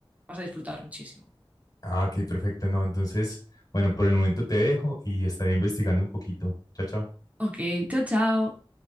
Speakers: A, on the right (about 15°); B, on the left (about 45°).
A: Vas a disfrutar muchísimo.
B: Ah, ok, perfecto. No, entonces, bueno, por el momento te dejo y estaré investigando un poquito. Chao, chao.
A: Ok, chao, chao.